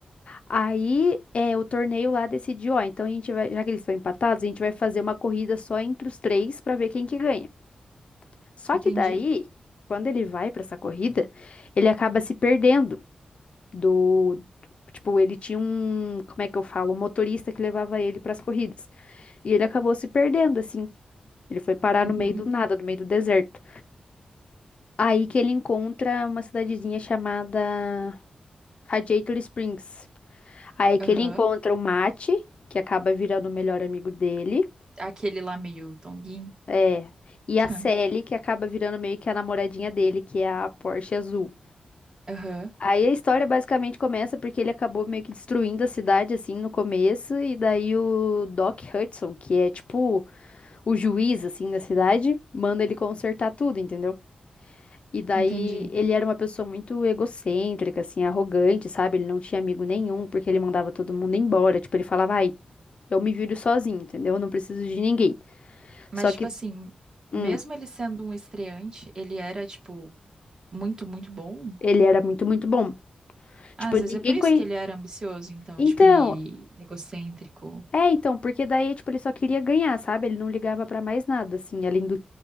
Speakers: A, on the left; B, on the right.
A: Aí é, o torneio lá decidiu, ó, então a gente vai, já que eles estão empatados, a gente vai fazer uma corrida só entre os três pra ver quem que ganha. Só
B: Entendi.
A: que daí, quando ele vai pra essa corrida, ele acaba se perdendo do, tipo, ele tinha um, como é que eu falo, um motorista que levava ele pras corridas. E ele acabou se perdendo assim. Ele foi parar
B: Uhum.
A: no meio do nada, no meio do deserto. Aí que ele encontra uma cidadezinha chamada Radiator Springs. Aí
B: Aham.
A: que ele encontra o Mate, que acaba virando o melhor amigo dele.
B: Aquele lá meio tonguinho.
A: É. E
B: <laughs>
A: a Sally, que acaba virando meio que a namoradinha dele, que é a Porsche azul.
B: Aham.
A: Aí a história basicamente começa porque ele acabou meio que destruindo a cidade, assim, no começo. E daí o Doc Hudson, que é tipo o juiz, assim, da cidade, manda ele consertar tudo, entendeu? E daí
B: Entendi.
A: ele era uma pessoa muito egocêntrica, assim, arrogante, sabe? Ele não tinha amigo nenhum, porque ele mandava todo mundo embora. Tipo, ele falava, ai, Eu me viro sozinho, entendeu? Eu não preciso de ninguém.
B: Mas,
A: Só
B: tipo
A: que,
B: assim,
A: hum,
B: mesmo ele sendo um estreante, ele era, tipo, muito, muito bom.
A: ele era muito, muito bom.
B: Ah,
A: Tipo,
B: às
A: ninguém
B: vezes é por isso
A: conhe...
B: que ele era ambicioso, então,
A: Então,
B: tipo, e egocêntrico.
A: é, então, porque daí, tipo, ele só queria ganhar, sabe? Ele não ligava pra mais nada, assim, além do,